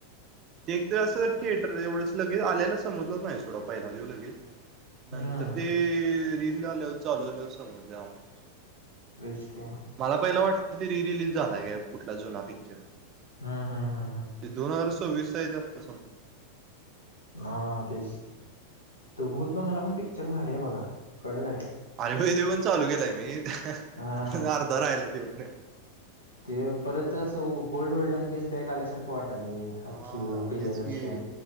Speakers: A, on the right; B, on the left.
A: ते एक तर असं थिएटर एवढंच लगेच, आल्या-आल्या समजलंच नाही सोडा पहिला ह्यो लगेच. नंतर
B: हम्म
A: ते रील आल्यावर चालू झाल्यावर समजलंय आम्हाला.
B: तेच की
A: मला पहिलं वाटलं की रिरिलीज झालाय का कुठला जुना पिक्चर.
B: हा हा हा
A: ते दोन हजार सव्वीसचा हाय त्यात <inaudible>
B: ह तेच, तो भूत बंगाला पण पिक्चर भारी आहे बघा कडक हाय.
A: अरे होय ते पण चालू केलाय मी आणि
B: हा
A: अर्धा राहिला तो.
B: ते परत असं गो-गोल्ड ओल्डन डेज बॅक आल्यासारखं वाटाले
A: हा
B: अख्खे प्रियदर्शन.
A: तेच की